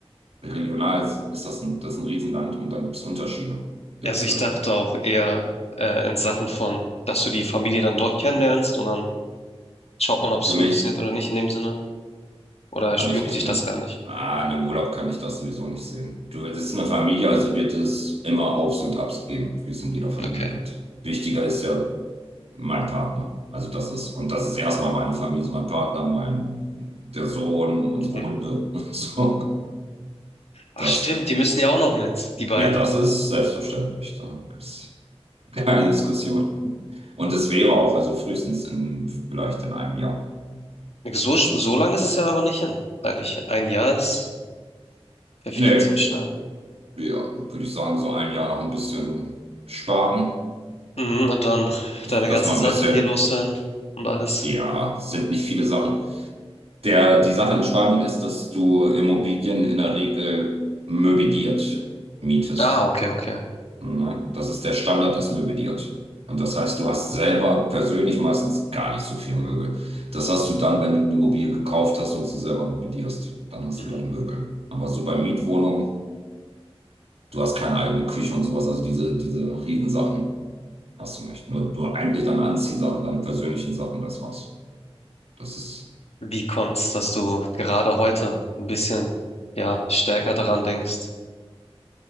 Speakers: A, on the right (about 70°); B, on the left (about 75°).
A: regional ist, ist das ein, das ist ein Riesenland und dann gibt es Unterschiede. Gibt's,
B: Ja, Also ich
A: äh,
B: dachte auch eher äh, in Sachen von, dass du die Familie dann dort kennenlernst und dann schaut man, ob es
A: für
B: funktioniert
A: mich.
B: oder nicht in dem Sinne. Oder juckt
A: Kann ich nicht
B: dich
A: in
B: das
A: einem,
B: gar nicht?
A: ah, in einem Urlaub kann ich das sowieso nicht sehen. Du, es ist eine Familie, also wird es immer Aufs und Abs geben, wie es in jeder Familie
B: Okay.
A: gibt. Wichtiger ist ja mein Partner. Also das ist, und das ist erstmal meine Familie, ist mein Partner, mein, der Sohn, unsere
B: Mhm.
A: Hunde. <laughs> So,
B: Ach
A: das,
B: stimmt, die müssen ja auch noch mit, die beiden.
A: ja, das ist selbstverständlich. Da gibt's keine Diskussion. Und es wäre auch, also frühestens in, vielleicht in einem Jahr.
B: So, sch- so lang ist es ja aber nicht hin. Eigentlich ein Jahr ist, verfliegt
A: Nee,
B: ziemlich schnell.
A: ja, würde ich sagen, so ein Jahr noch ein bisschen sparen.
B: Mhm, und dann
A: dass
B: deine
A: dass
B: ganzen
A: man
B: Sachen
A: ein bisschen,
B: hier loswerden und alles.
A: ja, sind nicht viele Sachen. Der, die Sache in Spanien ist, dass du Immobilien in der Regel möbliert mietest.
B: Ah, okay, okay.
A: Ne? Das ist der Standard, ist möbliert. Und das heißt, du hast selber persönlich meistens gar nicht so viel Möbel. Das hast du dann, wenn du eine Immobilie gekauft hast und sie selber möblierst. Dann hast
B: Mhm.
A: du deine Möbel. Aber so bei Mietwohnungen, du hast keine eigene Küche und sowas. Also diese, diese Riesensachen hast du nicht. Nur, nur eigentlich deine Anziehsachen, deine persönlichen Sachen, das war's. Das ist.
B: Wie kommt's, dass du gerade heute ein bisschen, ja, stärker daran denkst?